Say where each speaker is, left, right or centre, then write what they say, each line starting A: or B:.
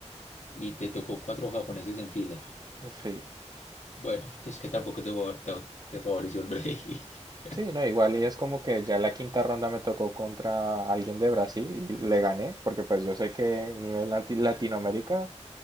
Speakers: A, on the left; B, on the right.
A: Y te tocó cuatro japoneses en fila.
B: Sí.
A: Bueno, <laughs> es que tampoco te, favor- te, te favoreció el break. <laughs>
B: Sí, no, igual y es como que ya la quinta ronda me tocó contra alguien de Brasil y le gané, porque pues yo sé que nivel lati- Latinoamérica,